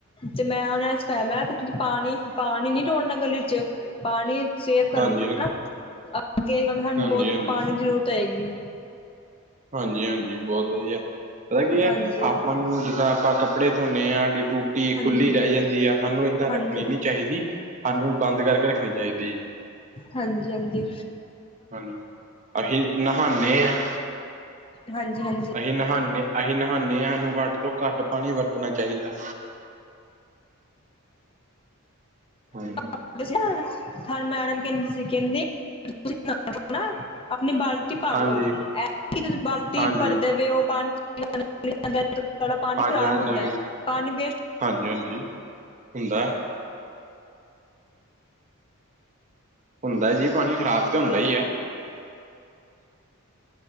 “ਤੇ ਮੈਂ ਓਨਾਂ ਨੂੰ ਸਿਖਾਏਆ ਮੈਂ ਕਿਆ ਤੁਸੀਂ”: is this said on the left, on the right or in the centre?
Left